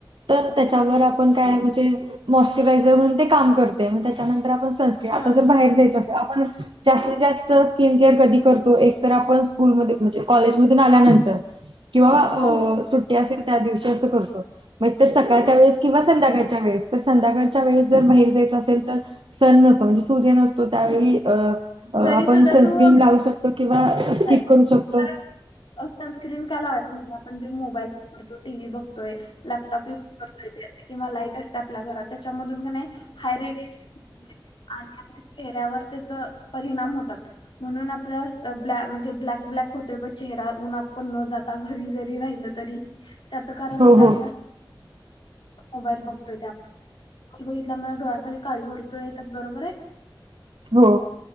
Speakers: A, on the right (about 85°); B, on the left (about 75°).
A: तर त्याच्यावर
B: हा
A: पण काय म्हणजे मॉस्चरायझर म्हणून ते काम करते त्याच्यानंतर आपण सनस्किन
B: हा
A: आता जर बाहेर जायच असतं. आप जातीत जास्त स्किन केअर कधी करतो एक तर आपण कूल मध्ये म्हणजे कॉलेज मधून आल्यानंतर किंवा
B: हो हो
A: असेल त्या दिवशी अस करतो सकाळच्या
B: हम्म
A: वेळेस किंवा संध्याकाळच्या वेळेस तर संध्याकाळच्या वेळेस जर बाहेर जायचं असेल तर सण नसतो म्हणजे सूर्य नसतो त्यावेळी अ आपण
B: तरी सुद्धा
A: सनस्क्रीम
B: तू
A: लावू शकतो किंवा
B: जायचं
A: स्किप करू
B: कारण
A: शकतो.
B: सनस्क्रीन का लावायची म्हणजे आपण जो मोबाईल तो टी व्ही बघतोय लॅपटॉप य करतोय किंवा लाईट असते आपल्या घरात त्याच्यामधून का नाही हाय रेडिएशन आणि आपल्या चेहऱ्यावर त्याच परिणाम होतात. म्हणून आपल्या ब्लॅ म्हणजे ब्लॅक, ब्लॅक होतोय ब चेहरा उन्हात पण न जाता घरी जरी राहिल तरी त्याच कारण
A: हो हो.
B: जास्त मोबाईल बघतोय त्या मोबाईल बघितल्या मला डोळ्याखाली काळी वर्तुळे येतात बरोबर आहे.
A: हो.